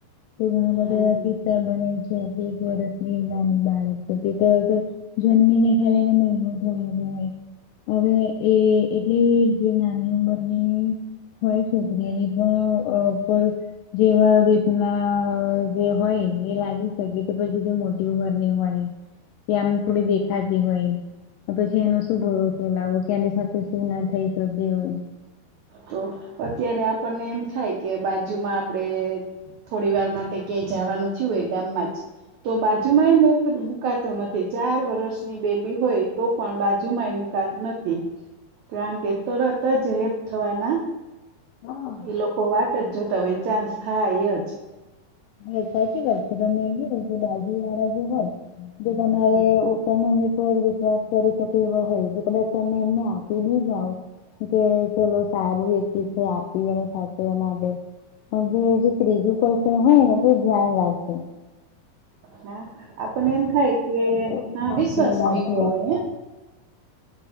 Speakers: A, on the left; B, on the right.
A: કે ઘણા
B: હમ
A: બધા એવા કિસ સા બને છે. એક વર્ષની નાની બાળક તો હવે તો જન્મી ને ખાલી એને મહિનો થયો ને હોય. હવે એ એટલે જે નાની ઉંમરની હોય છોકરીઓની પણ ઉપ જેવા રેપના જે હોય એ લાગી શકે. તો પછી જે મોટી ઉંમરની હોય. કે આમ થોડી દેખાતી હોય. તો પછી એનો શું ભરોસો લાવો કે આની સાથે શું ના થઈ શકે એવું.
B: તો અત્યારે આપણને એમ થાય કે બાજુમાં આપણેે. થોડી વાર માટે ક્યાંય જાવાનું થયું હોય ગામમાં જ. તો બાજુમાં એ મુકાતું નથી, ચાર વર્ષની બેબી હોય તો પણ બાજુમાં એ મુક કાતું નથી. કારણ કે તરત જ રેપ થવાના
A: હા
B: ઈ લોકો વાટ જ જોતા હોય અને ચાન્સ થાય જ.
A: હા! સાચી વાત છે. તમે કીધું કે બાજુવાળા જે હોય જે તમારે
B: હમ
A: તમે <inaudible> કે વિશ્વાસ કરી શકે એવા હોય. પલે તમે એમને આપીલી જાવ. કે ચલો સારું વ્યક્તિ છે આપી એને સાચવવા માટે. અને જે જે ત્રીજું પર્સન હોય ને તે ધ્યાન રાખશે.
B: હા આપણને એમ થાય કે
A: કેવું
B: હા
A: બહાર
B: વિશ્વાસ
A: ગયેલા
B: મૂક્યો
A: છે.
B: હોય હે.